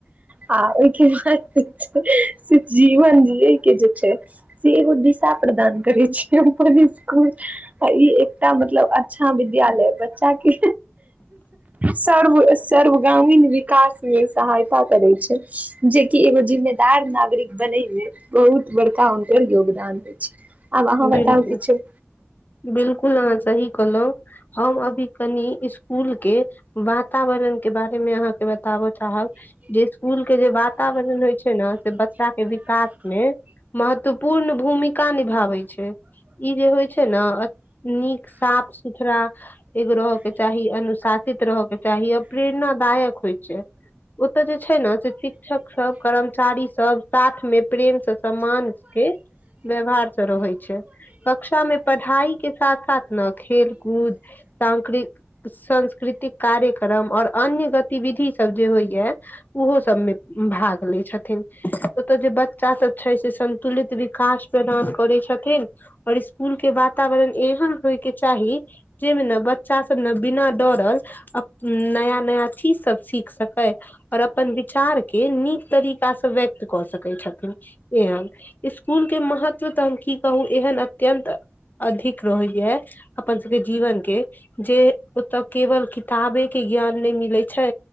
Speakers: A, on the right; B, on the left.
A: आ ओहि के बाद से जीवन जियै के जे छै से एगो दिशा प्रदान करै छै अपन स्कूल ई एकटा मतलब अच्छा विद्यालय बच्चा के सर्व सर्व गामीण वी विकास मे सहायता करे छै जेकि एगो जिम्मेदार नागरिक बने मे बहुत बड़का हुनकर योगदान होइ छै आब अहाँ
B: बिलकुल
A: बताउ किछो
B: बिलकुल अहाँ सही कहलौ हम अभी कनि इस पूल के वातावरण के बारे मे अहाँके बताबऽ चाहब जे ईस्कुल के जे वातावरण होइ छै ने से बच्चा के विकास मे महत्वपूर्ण भूमिका निभाबे छै ई जे होइ छै ने नीक साफ सुथरा एगो रहय के चाही अनुशासित रहय के चाही अप्रेरणादायक होइ छै ओतऽ जे छै ने से शिक्षक सब कर्मचारी सब साथ मे प्रेम से सम्मान के व्यवहार से रहै छै। कक्षा मे पढ़ाई के साथ साथ न खेल कूद सांकृ सांस्कृतिक कार्यक्रम आओर अन्य गतिविधि सब जे होइए ओहो सबमे भाग लै छथिन ओतय जे बच्चा सब छै से सं तुलित विकास प्रदान करै छथि अओर इसकुल के वातावरण एहन होय के चाही जैमे ने बच्चा सब ने बिना डरल नया नया चीज सब सीख सकै। आओर अपन विचार के नीक तरीकाँ‌स व्यक्त कऽ सकैत छथिन। एहन इसकुल के महत्व तऽ की कहू एहन अत्यन्त अधिक रहैए। अपन सभके जीवन के जे ओतऽ केवल किताबे के ज्ञान नै मिलै छै